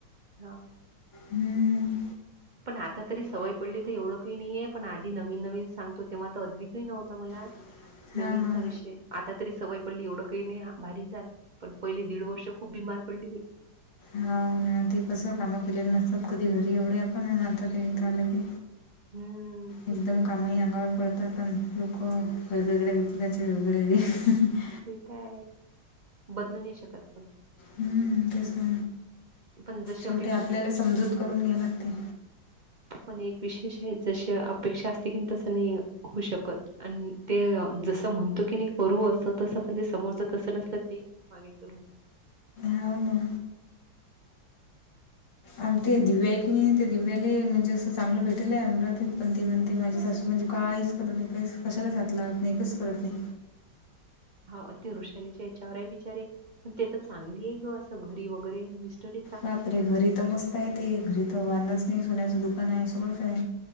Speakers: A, on the right; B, on the left.
A: हांव.
B: हम्म.
A: पण आता तरी सवय पडली तर एवढं काही नाहीये, पण आधी नवीन नवीन सांगतो तेव्हा, अद्विक नव्हता मला.
B: <inaudible>
A: नवीनचा
B: हां.
A: विषय, आता तरी सवय पडली. एवढं काही नाही भारी जातं. पण पहिले दीड वर्ष खूप बीमार पडली बाई.
B: हाव ना, ते कसं कामं केलेलं नसतात कधी, घरी एवढे आपण आता ते इथे अल की,
A: हम्म
B: एकदम
A: ते तर
B: कामही अंगावर. करतात पण लोकं, वेगवेगळ्या विचाराचे वेगवेगळे <unintelligible>
A: ते काय, बदलू नाही शकत पण.
B: हम्म, तेच ना
A: पण जशी
B: शेवटी
A: अपेक्षा
B: आपल्याला
A: असते
B: समजूत करून घ्या लागते.
A: पण एक विशेष हे जशी अपेक्षा असते कनी तसं नाइ हु शकत. आणि ते जसं म्हणतो कनी करू असं तस पण ते समोरच तसं नसल की मागे <unintelligible>
B: हो ना. आणि ते दिव्याय कनी ते दिव्याले म्हणजे असं चांगलं भेटलय अमराती पण ते म्हणतंय माझी सासू म्हणजे काय करत नाइ कशाला हात नाइ कसं करत नाइ.
A: हौव ते वृषालीच्या हेच्यावर हाय बिचारे पण ते त चांगलीय ग असं घरी वगरे मिस्टर
B: बाप रे घरी त मस्ताय की घरी तर वांधच नाइ सोन्याचं दुकानय सगळंचाय